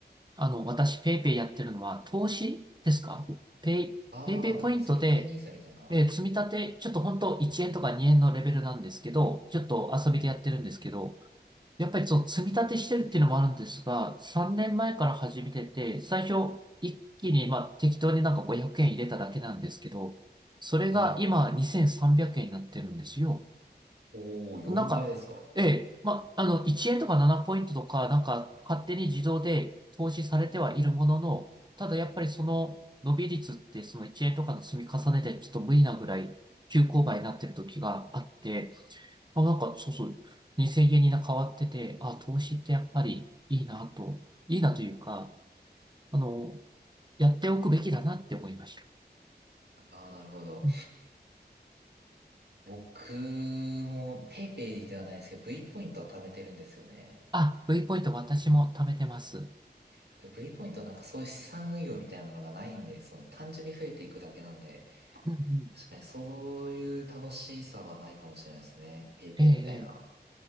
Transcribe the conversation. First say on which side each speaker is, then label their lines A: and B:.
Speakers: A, on the right; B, on the right.
A: あの、私ペイペイやってるのは投資ですかペイ、
B: ああ、
A: ペイペイポイントで、
B: なんか積み立てニー s みたいな。
A: えー積み立て、ちょっと本当1円とか2円のレベルなんですけど、ちょっと遊びでやってるんですけど、
B: はい。
A: やっぱりその積み立てしてるっていうのもあるんですが、3年前から始めてて、最初一気にまあ適当になんか500円入れただけなんですけど、それが今2300円になってるんですよ。
B: はい。おお、4倍ですか。
A: なんか、ええ、まあ、あの、1円とか7ポイントとか、なんか勝手に自動で投資されてはいるものの、ただやっぱりその伸び率ってその1円とかの積み重ねでちょっと無理なぐらい急勾配になってる時があって、あ、なんか、そうそう、2 0円にな変わってて、あ、投資ってやっぱりいいなと、いいなというか、あの、やっておくべきだなって思いました。
B: ああ、なるほど。
A: うん
B: 僕も PayPay ではないんですけど、V ポイントは貯めてるんですよね。
A: あ、V ポイント私も貯めてます。
B: はい。で、V ポイントはなんかそういう資産運用みたいなのがないんで、その単純に増えていくだけなんで、
A: うんうん。
B: 確かにそういう楽しさはないかもしれないですね。PayPay
A: ええ、ええ
B: みたいな。